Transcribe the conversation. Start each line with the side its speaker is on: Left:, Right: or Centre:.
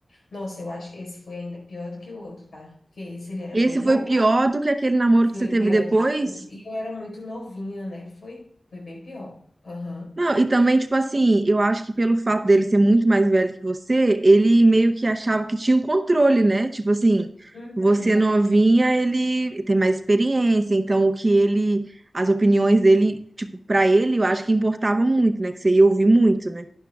Left: Nossa, eu acho que esse foi ainda pior do que o outro, tá? Porque esse ele era
Right: Esse
Left: bem
Right: foi
Left: louco,
Right: pior do que aquele namoro
Left: foi
Right: que você teve
Left: pior
Right: depois?
Left: do que o outro. E eu era muito novinha, né? Foi, foi bem pior. Aham.
Right: Não, e também, tipo assim, eu acho que pelo fato dele ser muito mais velho que você, ele meio que achava que tinha um controle, né? Tipo assim,
Left: Uhum.
Right: você novinha, ele tem mais experiência, então o que ele, as opiniões dele, tipo, pra ele, eu acho que importava muito, né? Que você ia ouvir muito, né?